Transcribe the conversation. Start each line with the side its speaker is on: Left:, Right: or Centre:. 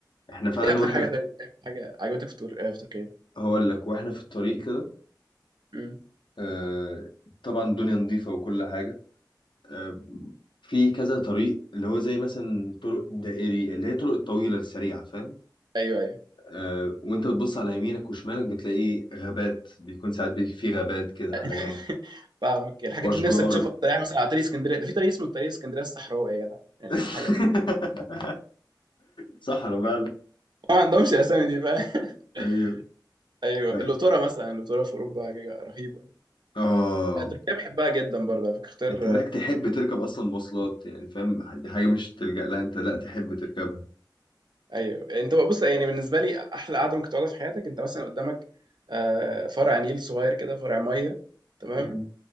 Left: احنا فعلا
Right: ايه اكتر
Left: واحنا
Right: حاجه
Left: في...
Right: طيب ايه اكتر حاجه عجبتك في, تور... آه، في تركيا
Left: هقول لك واحنا في الطريق كده
Right: امم
Left: آه... طبعا الدنيا نظيفة وكل حاجة آه... في كذا طريق اللي هو زي مثلا طرق دائري اللي هي طرق الطويلة السريعة فاهم
Right: ايوه ايوه
Left: آه... وانت بتبص على يمينك وشمالك بتلاقي غابات بيكون ساعات بي... في غابات كده
Right: <laughs>
Left: على جنب
Right: فاهمك الحاجات
Left: واشجار
Right: اللي نفسك تشوفها الطريق مثلا على طريق اسكندريه ده في طريق اسمه طريق اسكندريه الصحراوي يا جدع يعني
Left: <laughs>
Right: حاجه
Left: صحراء فعلا
Right: ما عندهمش الاسامي دي فاهم <laughs>
Left: ايوه
Right: ايوه
Left: لا
Right: اللوتره مثلا اللوتره في اوروبا حاجه رهيبه
Left: اه
Right: تركيا بحبها جدا برضه على فكره اختيار
Left: انت هناك تحب تركب اصلا مواصلات يعني فاهم دي حاجه مش تلجأ لها انت لا تحب تركبها
Right: ايوه انت بقى بص يعني بالنسبه لي احلى قعده ممكن تقعدها في حياتك انت مثلا قدامك آه، فرع نيل صغير كده فرع ميه تمام
Left: مم.